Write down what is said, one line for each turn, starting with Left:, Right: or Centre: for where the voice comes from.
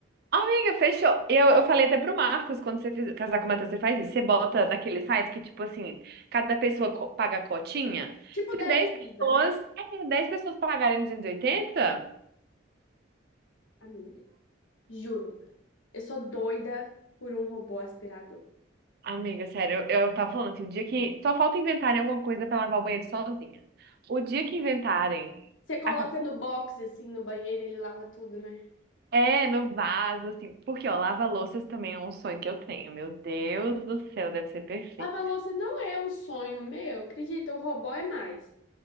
Right: Amiga, fechou. Eu, eu falei até pro Marcos, quando você fiz- casar com o Matheus, você faz isso. Você bota naquele site que, tipo assim, cada pessoa co- paga a cotinha.
Left: Tipo
Right: Se
Left: da
Right: 10
Left: Elisa,
Right: pessoas,
Left: né?
Right: é, 10 pessoas pagarem 280,
Left: Amiga, juro. Eu sou doida por um robô aspirador.
Right: Amiga, sério, eu, eu tava falando assim, o dia que. Só falta inventarem alguma coisa pra lavar o banheiro sozinha. O dia que inventarem,
Left: Você coloca
Right: acabou.
Left: no box, assim, no banheiro, ele lava tudo, né?
Right: É, no vaso, assim. Porque, ó, lava-louças também é um sonho que eu tenho. Meu Deus do céu, deve ser perfeito.
Left: Lavar louça não é um sonho meu, acredita, o robô é mais.